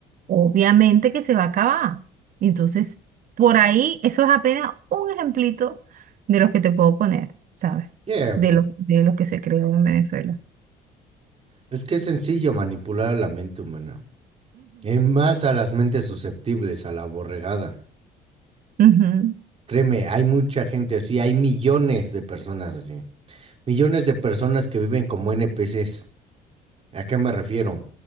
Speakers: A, on the right (about 55°); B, on the right (about 35°).
A: obviamente que se va a acabar. Entonces, por ahí, eso es apenas un ejemplito de los que te puedo poner, ¿sabes?
B: Yeah.
A: De lo, de lo que se creó en Venezuela.
B: Es que es sencillo manipular a la mente humana, en más a las mentes susceptibles a la borregada.
A: Ujú, ujú.
B: Créeme, hay mucha gente así, hay millones de personas así. Millones de personas que viven como NPCs. ¿A qué me refiero?